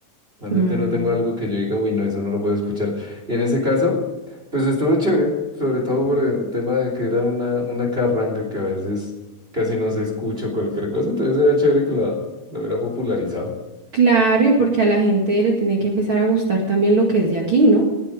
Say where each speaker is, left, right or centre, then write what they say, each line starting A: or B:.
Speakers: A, on the right; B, on the right.
A: Realmente
B: Mm.
A: no tengo algo que yo diga, uy, no, eso no lo puedo escuchar. Y en ese caso, pues estuvo chévere, sobre todo por el tema de que era una, una carranga que a veces casi no se escucha o cualquier cosa, entonces era chévere que la, la hubiera popularizado.
B: Claro, y porque a la gente le tiene que empezar a gustar también lo que es de aquí, ¿no?